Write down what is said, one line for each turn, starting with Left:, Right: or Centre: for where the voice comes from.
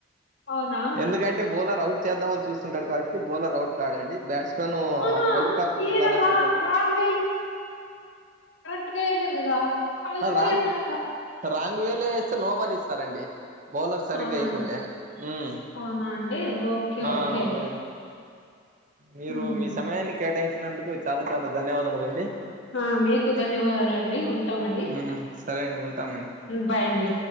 Left: అవునా
Right: ఎందుకంటే బౌలర్ అవుట్ చేద్దామని చూస్తుంటాడు కా కి బౌలర్ అవుట్ కాడండి బ్యాట్స్ మెన్
Left: ఆహా
Right: అవుట్ కాకుండా
Left: ఈయన
Right: ఉండాలనుకుంటాడు.
Left: రా రాంగ్ ఇంకేయలేదు గదా అయిపోయి
Right: రాంగ్
Left: అక్కడ
Right: రాంగ్ వే లో వేస్తే నోబాల్‌ ఇస్తారండి బౌలర్ సరిగ్గా
Left: అవునా
Right: యేయకుంటే
Left: అండి
Right: మ్
Left: అవునా అండి ఓకే
Right: ఆహ్
Left: ఓకే
Right: ఆ మీరు
Left: ఉమ్.
Right: మీ సమయాన్ని కేటాయించినందుకు చాలా చాలా ధన్యవాదములండి
Left: ఆహ్ మీకు ధన్యవాదాలండి. టామండి
Right: ఉమ్ సరే అండి ఉంటామండి
Left: బాయ్ అండి